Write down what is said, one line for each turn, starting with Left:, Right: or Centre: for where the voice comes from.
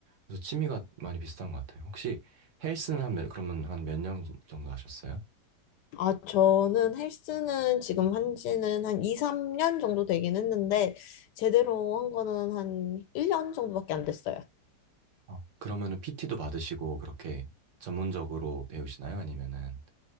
Right: 그래서 취미가 많이 비슷한 것 같아요. 혹시 헬스는 한 몇, 그러면 한 몇 년 정도 하셨어요?
Left: 아, 저는 헬스는 지금 한 지는 한 2, 3년 정도 되긴 했는데, 제대로 한 거는 한 1년 정도밖에 안 됐어요.
Right: 어. 그러면은 PT도 받으시고, 그렇게 전문적으로 배우시나요? 아니면은